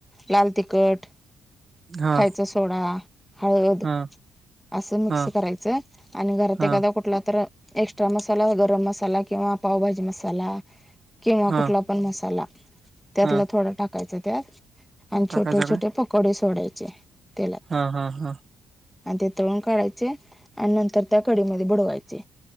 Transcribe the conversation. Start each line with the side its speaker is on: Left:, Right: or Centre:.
Centre: लाल तिखट
Right: हा
Centre: खायचा सोडा हळद
Right: हा
Centre: असं मिक्स
Right: हा
Centre: करायचंय, आणि घरात
Right: हा
Centre: एखादा कुठला तर एक्स्ट्रा मसाला गरम मसाला किंवा पावभाजी मसाला किंवा
Right: हा
Centre: कुठला पण मसाला त्यातला
Right: हा
Centre: थोडा टाकायच त्यात. आणि
Right: टाकायचं
Centre: छोटे
Right: काय
Centre: छोटे पकोडे सोडायचे. तेलात
Right: हा हा हा.
Centre: आणि ते तळून काढायचे आणि नंतर त्या कडीमध्ये बुडवायचे.